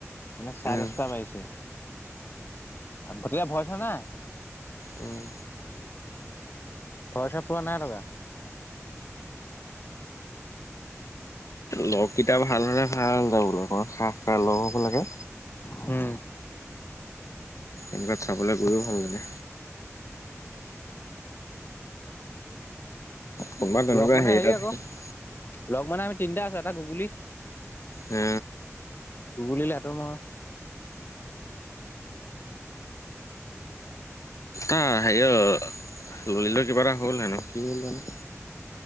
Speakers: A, on the left (about 45°); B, on the left (about 75°).
A: মানে চাৰে
B: উম,
A: দচটা বাজিছে গতিকে ভয় চয় নাই
B: উম।
A: পইচা পোৱা নাই দাদা
B: লগকেইটা ভাল হলে ভাল যাবলৈ খাহ থকা লগ হ'ব লাগে
A: হু
B: এইবিলাক চাবলৈ গৈও ভাল লাগে কোনোবা তেনেকুৱা
A: লগ মানে হেৰি
B: এটা
A: আকৌ
B: থাকে।
A: লগ মানে আমি তিনিটা আছো এটা গুগুলি
B: এ
A: গুগুলী লাটো মই
B: এ হেৰি অ ললিতৰ কিবা এটা হ'ল হেনো কি হ'ল জানো